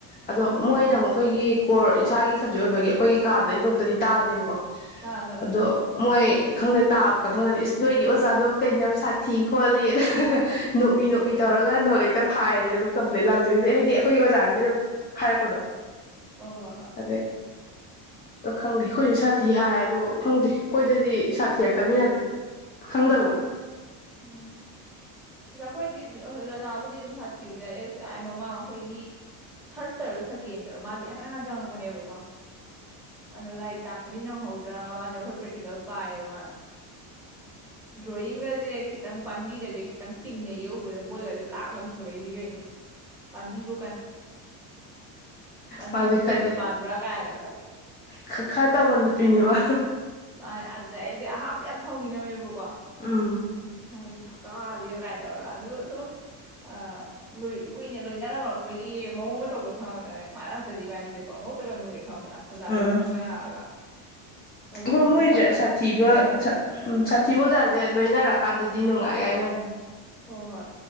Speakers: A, on the left; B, in the centre.
A: ꯑꯗꯣ
B: ꯎꯝ
A: ꯃꯣꯏꯅ
B: ꯎꯝ
A: ꯑꯃꯨꯛ ꯑꯩꯈꯣꯏꯒꯤ ꯀꯣꯔ ꯏꯁꯥꯒꯤ ꯁꯕꯖꯦꯛ ꯑꯣꯏꯕꯒꯤ ꯑꯩꯈꯣꯏꯒꯤ ꯀꯥꯗꯗꯒꯤ ꯒ꯭ꯔꯨꯞꯇꯗꯤ ꯇꯥꯗꯦꯕꯀꯣ
B: ꯇꯥꯗꯕꯅꯦ
A: ꯑꯗꯣ ꯃꯣꯏ ꯈꯪꯗꯦ ꯇꯥꯕ ꯀꯥꯡꯕꯨꯅꯗꯤ ꯅꯣꯏꯒꯤ ꯑꯣꯖꯥꯗꯨꯕꯨ ꯀꯩꯅꯣ ꯁꯥꯊꯤ ꯈꯣꯠꯂꯤ ꯍꯥ ꯍꯥ ꯍꯥ ꯅꯣꯛꯃꯤ
B: ꯎꯝ
A: ꯅꯣꯛꯃꯤ ꯇꯧꯔꯒ
B: ꯎꯝ
A: ꯅꯣꯠ ꯍꯦꯛꯇ ꯐꯥꯏꯌꯦꯅ ꯑꯗꯨꯝ ꯀꯝꯄ꯭ꯂꯦꯟ ꯂꯥꯛꯇꯣꯏꯁꯦ ꯍꯥꯏꯗꯤ ꯑꯩꯈꯣꯏꯒꯤ ꯑꯣꯖꯥꯅꯤꯅ ꯑꯗꯨꯝ ꯍꯥꯏꯔꯛꯄꯗꯣ
B: ꯍꯣꯏ ꯍꯣꯏ ꯍꯣꯏ
A: ꯑꯗꯩ ꯑꯗꯣ ꯈꯪꯗꯦ ꯑꯩꯈꯣꯏꯁꯨ ꯁꯥꯊꯤ ꯍꯥꯏ ꯑꯗꯣ ꯈꯪꯗꯦ ꯑꯩꯈꯣꯏꯗꯗꯤ ꯁꯥꯊꯤꯔꯛꯇꯅꯤꯅ ꯑꯗꯨꯝ ꯈꯪꯗꯕꯗꯣ
B: ꯃꯥꯅꯦ ꯎꯝ ꯑꯗ ꯑꯩꯈꯣꯏꯗꯤ ꯔꯥꯙꯥꯕꯨꯗꯤ ꯑꯗꯨꯝ ꯁꯥꯊꯤꯕꯅꯤꯅ ꯑꯦꯁ ꯀꯥꯏ ꯃꯃꯥꯡ ꯑꯩꯈꯣꯏꯒꯤ ꯊꯥꯔꯗ ꯔꯣ ꯁꯥꯀꯦꯟꯗꯔꯣ ꯃꯥꯒꯤ ꯏꯍꯥꯟ ꯍꯥꯟꯅ ꯆꯪꯉꯛ <unintelligible> ꯑꯗꯣ ꯂꯥꯏꯛ ꯇꯥꯛꯄꯗꯤ ꯅꯪꯍꯧꯗ꯭ꯔꯕ ꯃꯥꯁꯦ ꯑꯩꯈꯣꯏ ꯄ꯭ꯔꯦꯛꯇꯤꯀꯦꯜ ꯄꯥꯏꯌꯦꯕ ꯃꯥꯅ ꯗ꯭ꯔꯣꯌꯤꯡꯒꯁꯦ ꯈꯤꯇꯪ ꯄꯥꯟꯕꯤꯒꯁꯦ ꯈꯤꯇꯪ ꯇꯤꯡꯅ ꯌꯦꯛꯎꯕꯗ ꯕꯣꯏꯒꯖꯦ ꯂꯥꯛ ꯑ ꯂꯪꯊꯣꯔꯛꯏꯅꯤ ꯀꯩꯅꯣ ꯄꯥꯝꯕꯤꯕꯨ ꯄꯥꯟꯕꯤꯕꯨ
A: ꯃꯥꯖꯦ ꯈꯔꯗꯤ
B: ꯆꯨꯝꯅ ꯄꯥꯟꯕ꯭ꯔꯥ ꯀꯥꯏꯅꯒ
A: ꯈ ꯈꯔ ꯇꯧꯕ ꯅꯨꯄꯤꯅꯦꯕ
B: ꯃꯥꯅꯦ ꯑꯗꯨꯗ ꯑꯩꯗꯤ ꯑꯍꯥꯟꯕꯗ ꯌꯥꯝ ꯁꯥꯎꯅꯤꯡꯉꯝꯃꯦꯕ ꯀꯣ
A: ꯎꯝ
B: ꯍꯥꯏꯗꯤ ꯇꯥꯗꯦ ꯀꯥꯏꯅ ꯇꯧꯔꯒ ꯑꯗꯨ ꯁꯨꯝ ꯑꯥ ꯂꯣꯏ ꯀꯨꯏꯅ ꯂꯣꯏꯅꯔꯝꯃꯛꯄꯒꯤ ꯃꯑꯣꯡ ꯃꯇꯧꯗꯣ ꯈꯪꯉꯛꯇꯅꯦ ꯈ꯭ꯋꯥꯏ ꯂꯁꯇꯗꯤ ꯏꯕꯥꯅꯤꯁꯦ ꯄꯪꯅꯣꯛꯇꯒ ꯅꯣꯛꯑꯦ ꯈꯪꯕ꯭ꯔꯥ ꯑꯣꯖꯥꯗꯨꯒ
A: ꯎꯝ
B: ꯈꯪꯅꯔꯛꯑꯒ ꯑꯗꯣ ꯍꯧꯖꯤꯛꯇꯤ
A: ꯍꯣꯏ ꯃꯣꯏꯁꯦ
B: ꯈꯔ ꯑꯗꯨꯝ
A: ꯁꯥꯠꯊꯤꯕ
B: ꯇꯤꯟꯅꯔꯦ
A: ꯁ ꯎꯝ ꯁꯥꯠꯊꯤꯕ ꯑꯣꯖꯥꯖꯦ ꯂꯣꯏꯅꯔꯀꯥꯟꯗꯗꯤ ꯅꯨꯡꯉꯥꯏ ꯍꯥꯏꯅꯕꯅꯦ
B: ꯍꯣ ꯍꯣꯏ